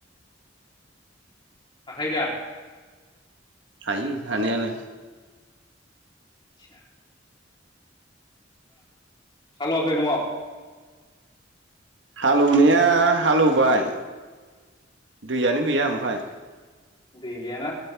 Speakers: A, on the left (about 25°); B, on the right (about 70°).
A: हाखायोदा
B: हायो हानायालाय
A: आतसा हाल'एवाखै न'आव
B: हालएवनाया हालएवबाय दैयानो गैया ओमफ्राय
A: दै गैयाना